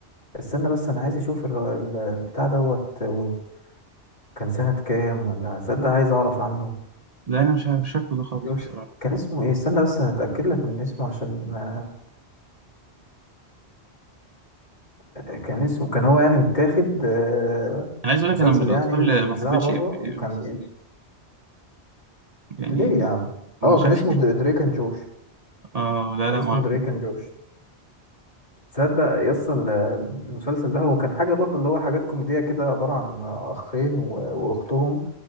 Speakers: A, on the left; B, on the right.
A: استنى بس انا عايز اشوف الر- ال- البتاع دوت و- كان سنة كام ولا تصدق عايز اعرف عنه
B: لا انا مش عارف مش فاكره ده خالص
A: يوش
B: بصراحه
A: كان اسمه ايه استنى بس هتأكد لك من اسمه عشان آه، كان اسمه كان هو يعني متاخد آه،
B: انا عايز اقول
A: مسلسل
B: لك انا من الاطفال
A: يعني
B: اللي
A: بيتذاع
B: ما حبيتش
A: بره
B: ام بي
A: وكان
B: سي
A: إيه؟
B: 3 يعني
A: ليه
B: ده-
A: يا عم
B: مش
A: اه كان
B: عارف
A: اسمه د-
B: <laughs>
A: دريك اند جوش
B: اه لا
A: كان
B: لا
A: اسمه
B: ما اعرفوش
A: دريك اند جوش تصدق يس ال- المسلسل ده هو كان حاجة برضو اللي هو حاجات كوميدية كده عبارة عن أخين و- وأختهم